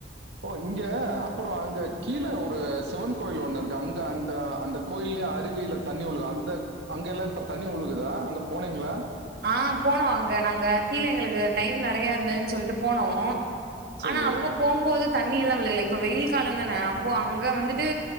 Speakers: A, on the right (about 75°); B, on the right (about 55°).
A: ஓ இங்க அப்புறோ அங்க கீழே ஒரு சிவன் கோயில் ஒண்ணு இருக்கு அங்க அந்த அந்த கோயில் லே அருவியில தண்ணி உழுகு அந்த அங்கெல்லா இப்ப தண்ணி உழுகுதா அங்க போனீங்களா
B: ஆ போனோ அங்க நாங்க கீழே எங்களுக்கு டைம் நெறைய இருந்தன்னு சொல்ட்டு போனோ
A: சேரி
B: ஆனா அப்ப போம்போது தண்ணி எல்லா விழுகல இப்ப வெயில் கால தானே அப்ப அங்க வந்துட்டு